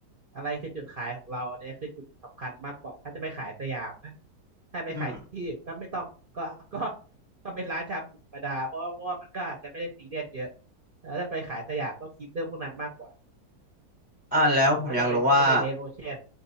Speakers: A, on the right (about 40°); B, on the left (about 20°).
A: อะไรคือจุดขายของเราอันนี้คือจุดสำคัญมากกว่าถ้าจะไปขายสยามนะถ้าไปขายที่อื่นก็ไม่ต้องก็ก็
B: อืม
A: ก็เป็นร้านชาบูธรรมดาเพราะเพราะว่ามันก็อาจจะไม่ได้ซีเรียสเยอะแล้วถ้าไปขายสยามต้องคิดเรื่องพวกนั้นมากกว่า
B: อ่าแล้วผมอยากรู้ว่า
A: อืมเขาจะไปสู้ในเรดโอเชียน